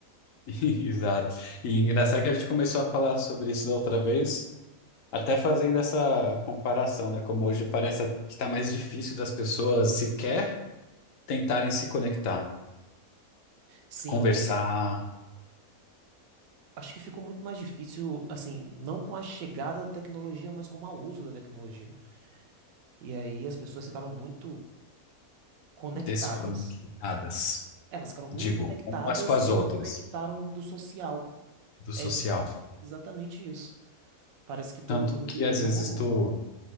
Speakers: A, on the left; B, on the right.
A: <laughs> exato. E engraçado que a gente começou a falar sobre isso da outra vez, até fazendo essa comparação, né? Como hoje parece que tá mais difícil das pessoas sequer tentarem se conectar,
B: Sim,
A: conversar
B: acho que ficou muito mais difícil, assim, não com a chegada da tecnologia, mas com o mau uso da tecnologia. E aí as pessoas ficaram muito conectadas.
A: desconectadas,
B: Elas ficaram muito
A: digo,
B: conectadas
A: umas com as
B: e
A: outras,
B: desconectaram do social.
A: do social.
B: É ex- exatamente isso. Parece que todo
A: Tanto
B: mundo
A: que
B: hoje
A: às vezes
B: é um robô.
A: tu.